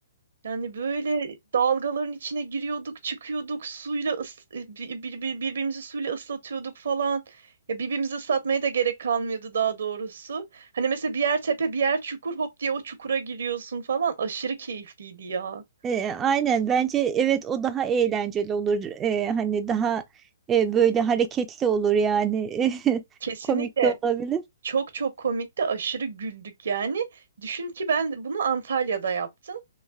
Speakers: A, on the right; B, on the right.
A: Yani böyle dalgaların içine giriyorduk, çıkıyorduk, suyla ıs- bir- bir- bir- birbirimizi suyla ıslatıyorduk falan. Ya birbirimizi ıslatmaya da gerek kalmıyordu daha doğrusu. Hani mesela bir yer tepe, bir yer çukur, hop diye o çukura giriyorsun falan. Aşırı keyifliydi ya.
B: E, aynen bence evet o daha eğlenceli olur. E, hani daha e, böyle hareketli olur yani. <laughs>
A: Kesinlikle.
B: Komik de olabilir.
A: Çok çok komikti, aşırı güldük yani. Düşün ki ben bunu Antalya'da yaptım.